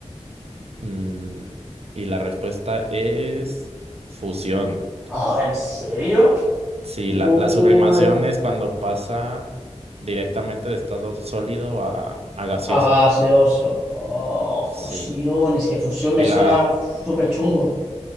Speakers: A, on the right; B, in the centre.
A: mm, y la respuesta es fusión.
B: Oh, ¿en serio?
A: Sí,
B: Uy,
A: la, la sublimación es cuando pasa directamente de estado sólido a, a gaseoso.
B: a gaseoso. Oh, fusión,
A: Sí.
B: es que fusión me
A: Y
B: suena
A: la,
B: súper chungo.